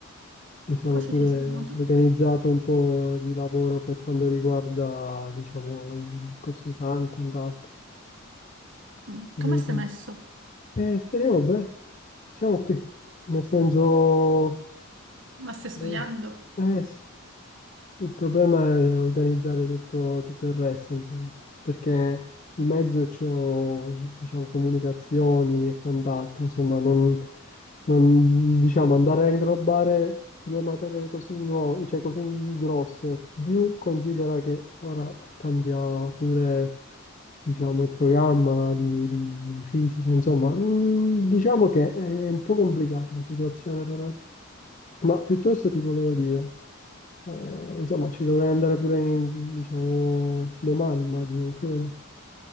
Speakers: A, on the left; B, on the right.
A: Mi sono
B: Cosa
A: pure
B: hai sistemato?
A: organizzato un po' di lavoro per quanto riguarda, diciamo, il discorso esami e quant'altro,
B: Mm,
A: capito?
B: Come sei messo?
A: Eh, speriamo bene, siamo qui, nel senso,
B: Ma stai
A: eh,
B: studiando?
A: eh, sì. Il problema è organizzare tutto, tutto il resto, insomma, perché in mezzo c'ho, diciamo, comunicazioni e quant'altro, insomma, non, non, diciamo, andare a inglobare due materie così nuove, cioè così grosse, più considera che ora cambia pure, diciamo, il programma di, di fisica, insomma, mm, diciamo che è un po' complicata la situazione, però. Ma piuttosto ti volevo dire, eh, insomma, ci dovrei andare pure in- diciamo, domani, immagino, oppure no?